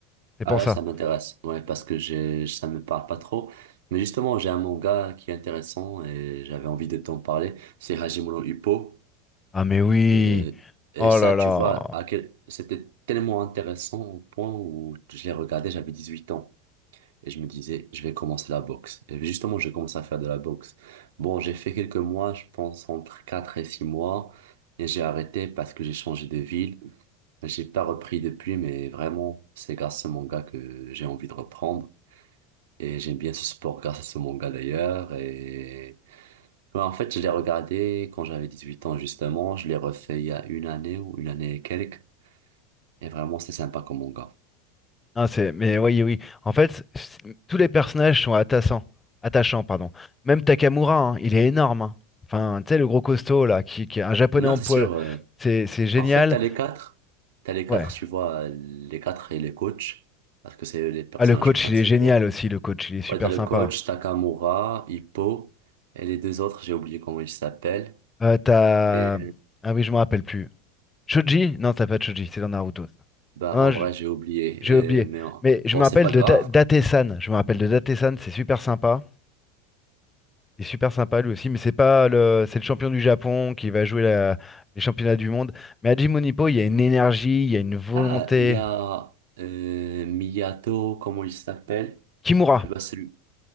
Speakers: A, on the left; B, on the right.
A: C'est
B: Ah
A: pour
B: là,
A: ça.
B: ça m'intéresse. Ouais, parce que j'ai, ça me parle pas trop. Mais justement, j'ai un manga qui est intéressant et j'avais envie de t'en parler. C'est Hajime no Ippo.
A: Ah mais oui,
B: Euh, et
A: oh
B: ça,
A: là
B: tu
A: là,
B: vois, à quel... c'était tellement intéressant au point où je l'ai regardé, j'avais 18 ans. Et je me disais, je vais commencer la boxe. Et justement, j'ai commencé à faire de la boxe. Bon, j'ai fait quelques mois, je pense entre 4 et 6 mois. Et j'ai arrêté parce que j'ai changé de ville. J'ai pas repris depuis, mais vraiment, c'est grâce à ce manga que j'ai envie de reprendre. Et j'aime bien ce sport grâce à ce manga d'ailleurs. Et Ouais, en fait, je l'ai regardé quand j'avais 18 ans, justement. Je l'ai refait il y a une année ou une année et quelques. Et vraiment, c'est sympa comme manga.
A: Ah, c'est, mais oui oui. En fait, c'est- tous les personnages sont attachants, attachants pardon. Même Takamura, hein, il est énorme. hein. Enfin, tu sais le gros costaud là, qui, qui est un japonais
B: Non,
A: en
B: c'est
A: poil,
B: sûr. euh,
A: c'est c'est génial.
B: en fait, t'as les quatre. T'as les quatre,
A: Ouais.
B: tu vois, euh, les quatre et les coachs. Parce que c'est eux les personnages
A: Ah le coach,
B: principaux.
A: il est génial aussi. Le coach, il est super
B: Ouais, t'as le
A: sympa.
B: coach, Takamura, Hippo. Et les deux autres, j'ai oublié comment ils s'appellent.
A: Euh, t'as...
B: Et
A: Ah oui, je me rappelle plus. Choji? Non, t'as pas de Choji, c'est dans Naruto, ça.
B: bah,
A: Non,
B: en
A: je-
B: vrai, j'ai oublié.
A: j'ai oublié.
B: Euh, mais en-
A: Mais je
B: bon,
A: me rappelle
B: c'est pas
A: de
B: grave.
A: Da- Date-san. Je me rappelle de Date-san, c'est super sympa. Il est super sympa lui aussi, mais c'est pas le... C'est le champion du Japon qui va jouer la- les championnats du monde. Mais à Hajime Ippo, il y a une énergie, il y a une volonté.
B: Ah, il y a euh, Miyato, comment il s'appelle?
A: Kimura.
B: Tu vois, celui.